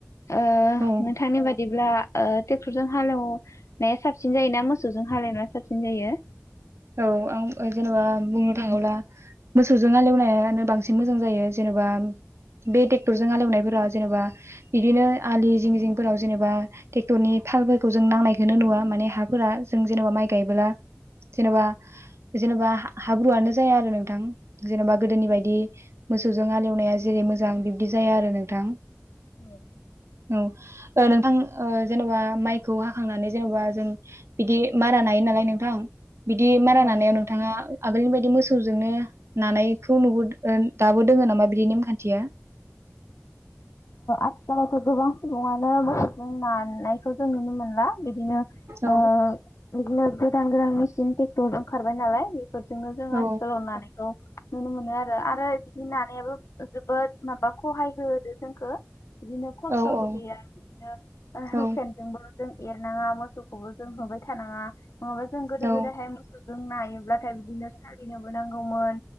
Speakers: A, on the left; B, on the right.
A: ओ
B: औ
A: नोंथांनि बादिब्ला ओ टेक्टरजों हालेवनाया साबसिन जायोना मोसौजों हालेवनाया साबसिन जायो
B: औ आं जेनेबा बुंनो थाङोब्ला मोसौजों हालेवनायानो बांसिन मोजां जायो जेनेबा बे टेक्टर जों हाल एवनायफोरा जेनेबा इदिनो आलि जिं जिंफोराव जेनेबा टेक्टरनि फालफोरखौ जों नांनायखोनो नुवा माने हाफोरा जों जेनेबा माइ गायबोला जेनेबा जेनेबा हाब्रुआनो जाया आरो नोंथां जेनेबा गोदोनि बायदि मोसौजों हालेवनाया जेरै मोजां बिबदि जाया आरो नोंथां
A: औ
B: औ ओ नोंथां ओ जेन'बा माइखौ हाखांनानै जेन'बा जों बिदि मारा नायो नालाय नोंथां बिदि मारा
A: औ
B: नानायाव नोंथाङा आगोलनि बायदि मोसौजोंनो नानायखौ नुबो ओ दाबो दोङो नामा बिदि नेमखान्थिया
A: आथिखालावथ' गोबां सुबुङानो मोसौजों नानायखौ जों नुनो मोनला बिदिनो
B: औ
A: ओ बिदिनो गोदान-गोदान इदिनो टेक्टर ओंखारबाय नालाय फोरजोंनो जों
B: औ
A: आथिखालाव नानायखौ नुनो मोनो आरो आरो बिदि नानायाबो जोबोद माबा खहाय सो होदो जोंखो बिदिनो खस्थ'बो
B: औ औ
A: गैया बिदिनो हुकेनजोंबो
B: औ
A: जों एरनाङा मोसौखौबो जों होबाय थानाङा नङाबा जों गोदो
B: औ
A: गोदायहाय मोसौजों नायोब्लाथाय बिदिनो गिनोबो नांगौमोन